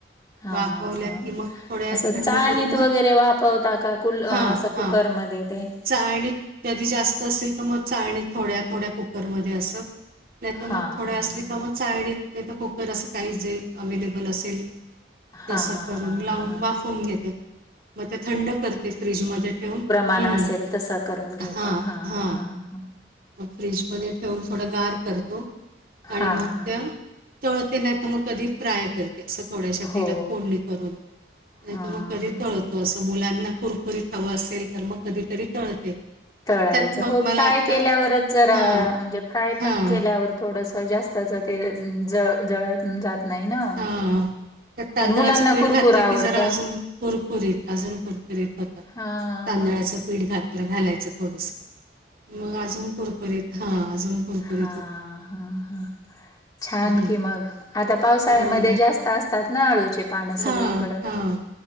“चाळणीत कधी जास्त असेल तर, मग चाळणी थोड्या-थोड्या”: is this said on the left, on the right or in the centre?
Right